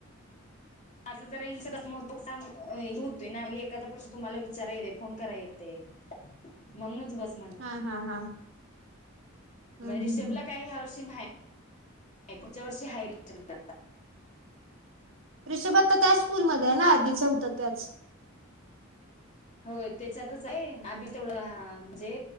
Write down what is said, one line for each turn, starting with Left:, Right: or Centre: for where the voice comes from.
Left: माझा जरा इं ज्मा होतो होतोय ना एखादा प्रश्न तुम्हाला विचारा येते फोन कराय येतय.
Right: <inaudible>
Left: म्हणूनच बस
Right: हा हा हा. हम्म
Left: म रिषभला
Right: हम्म हम्म
Left: काय ह्या वर्षी नाही पुढच्या वर्षी आहे, रिषभला
Right: रिषभ आता त्याच स्कूलमध्ये आहे ना आधीच होता त्याच?
Left: होय त्याच्यातच आहे, आभी तेवढं अ म्हणजे